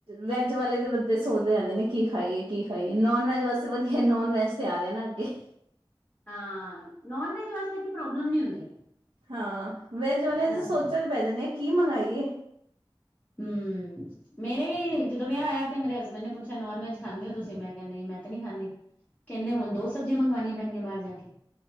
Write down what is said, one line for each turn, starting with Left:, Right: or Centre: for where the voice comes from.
Right: ਵੈਜ ਵਾਲੇ ਦੇ ਬੰਦੇ ਸੋਚਦੇ ਰਹਿੰਦੇ ਨੇ ਕੀ ਖਾਈਏ-ਕੀ ਖਾਈਏ, ਨੋਨ ਵੈਜ ਵਾਸਤੇ ਵਧੀਆ, ਨੋਨ ਵੈਜ ਤਿਆਰ ਐ ਨਾ ਅੱਗੇ।
Left: ਹਾਂ, ਨੋਨ ਵੈਜ ਵਾਸਤੇ ਕੋਈ ਪ੍ਰੋਬਲਮ ਨੀ ਹੁੰਦੀ।
Right: ਹਾਂ ਵੈਜ ਵਾਲਿਆਂ
Left: ਹਮ
Right: ਤੇ ਸੋਚਾਂ ਚ ਪੈ ਜਾਂਦੇ ਆ, ਕੀ ਮੰਗਾਈਏ?
Left: ਹੂੰ। ਮੇਰੇ ਵੀ ਜਦੋ ਵਿਆਹ ਹੋਇਆ ਤੇ ਮੇਰੇ ਹਸਬੈਂਡ ਨੇ ਪੁੱਛਿਆ ਨੋਨ ਵੈਜ ਖਾਂਦੇ ਹੋ ਤੁਸੀ, ਮੈਂ ਕਿਹਾ ਨਹੀਂ ਮੈਂ ਤੇ ਨੀ ਖਾਂਦੀ। ਕਹਿੰਦੇ ਹੁਣ ਦੋ ਸਬਜ਼ੀਆਂ ਮੰਗਵਾਣੀਆਂ ਪੈਣਗੀਆਂ ਬਾਹਰ ਜਾ ਕੇ।